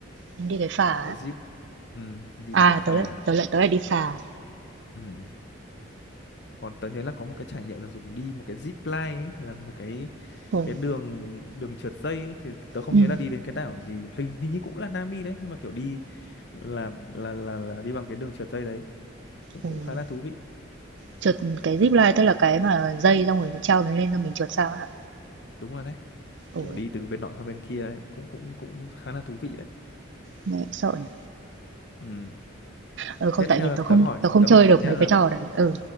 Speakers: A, on the right; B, on the left.
A: nhưng đi cái phà ấy.
B: cái jeep ừ thì đi
A: À
B: một cái phà
A: tớ lại tớ
B: họ
A: lại tớ lại đi phà.
B: ừ còn tớ nhớ là có một cái trải nghiệm là dùng đi một cái zip line ấy, là một cái
A: Ừm,
B: cái đường đường trượt dây ấy, thì tớ không
A: ừm,
B: nhớ là đi đến cái đảo gì hình hình như cũng là Nam đi đấy nhưng mà kiểu đi là là là là đi bằng cái đường trượt dây đấy cũng
A: ừm.
B: cũng khá là thú vị
A: Trượt cái zip line tức là cái mà dây xong rồi nó treo mình lên cho mình trượt sao ấy hả?
B: đúng rồi đấy
A: Ồ,
B: kiểu đi từ bên nọ sang bên kia ấy. cũng cũng cũng khá là thú vị đấy
A: nghe sợ nhỉ.
B: ừ.
A: Ừ, không
B: tiếp
A: tại
B: theo
A: vì
B: là
A: tớ không
B: tớ hỏi
A: tớ không
B: tớ
A: chơi
B: hỏi cậu
A: được
B: nhé
A: mấy
B: là
A: cái trò đấy. Ừ,